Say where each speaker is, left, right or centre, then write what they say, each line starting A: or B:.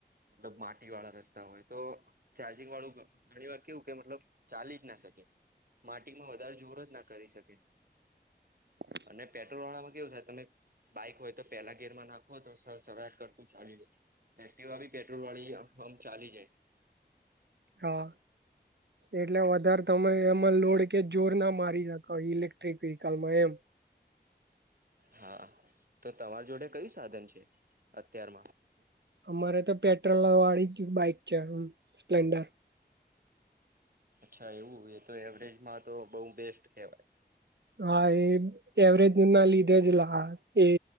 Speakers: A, on the right; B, on the right.
A: મતલબ માટી વાળા રસ્તા હોય તો ચાર્જિંગ વાળું ઘણી વાર કેવું કે મતલબ ચાલી જ ના શકે માટીમાં વધારે જોર જ ના કરી શકે
B: <inaudible>
A: અને પેટ્રોલ વાળામાં કેવું થાય તમે બાઈક હોય તો પેલા ગેરમાં નાખો તો સરસરાટ કરતું ચાલ્યુ જાય બી પેટ્રોલ વાળી આમ ચાલી જાય
B: હા એટલે વધારે તમે એમાં લોડ કે જોર ના મારી શકો ઇલેક્ટ્રિક વ્હિકલમાં એમ
A: હા તો તમાર જોડે કયું સાધન છે, અત્યારમાં
B: અમારે તો પેટ્રોલ વાળી જ બાઈક છે, સ્પ્લેન્ડર.
A: અચ્છા એવું એ તો એવરેજમાં તો બહુ બેસ્ટ કહેવાય.
B: હા એ એવરેજ ના લીધે જ લા એ